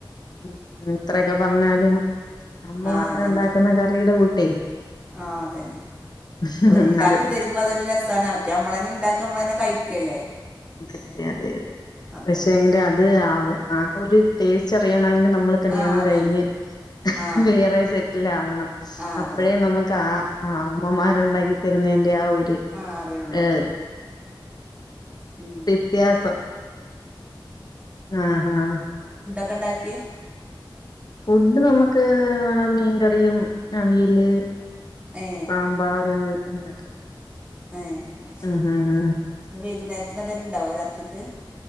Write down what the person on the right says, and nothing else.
ആ അതന്നെ
ആ അതന്നെ
ഓര്ണ്ടാക്കി
തരുമ്പോ അതൊരു രസാണ് മറ്റേ അമ്മള് തന്നെ ഇണ്ടാക്ക അമ്മള് തന്നെ കഴിക്കല്ലേ
അതാണ്
ആ അതന്നെ
ആ
ആ ആകണം
ആ അറിയുള്ളൂ
ഉം
ക്കണ്ടാക്കി
ഏ
ഏ അത്‌ശരി
ഇനി വൈകുന്നേരത്തിന് അതന്നെ ഇണ്ടാവോ രാത്രിക്ക്